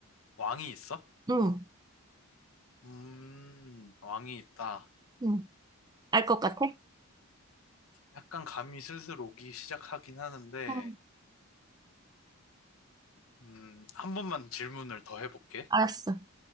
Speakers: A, on the left; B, on the right.
A: 왕이 있어?
B: 응,
A: 음, 왕이 있다.
B: 응. 알 것 같아?
A: 약간 감이 슬슬 오기 시작하긴 하는데,
B: 응.
A: 음, 한 번만 질문을 더 해볼게.
B: 알았어.